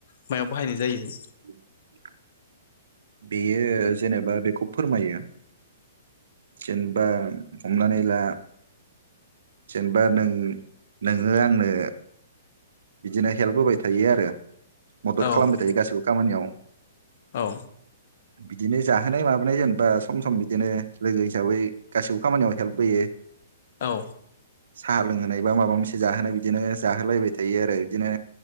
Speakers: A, on the left; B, on the right.
A: मायाव बाहायनाय जायो?
B: <inaudible> बेयो जेनेबा बेखौ फोरमायो। जेनबा हमनानै ला। जेनेबा नों नोङो आंनो बिदिनो हेल्प होबाय थायो आरो। मदद
A: औ
B: खालामबाय थायो गासिबो खामानियाव
A: औ
B: बिदिनो जाहोनाय माबोनाय जेनबा सम सम बिदिनो लोगो हिसाबै गासिबो खामानियाव हेल्प होयो।
A: औ
B: साहा लोंहोनाय बा माबा मोनसे जाहोनाय बिदिनो जाहोलायबाय थायो आरो। बिदिनो